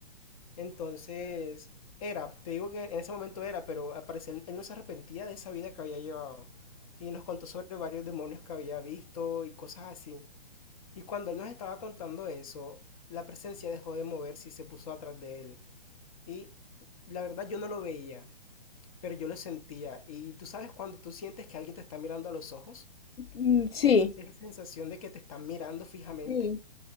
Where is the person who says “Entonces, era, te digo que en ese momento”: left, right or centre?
Left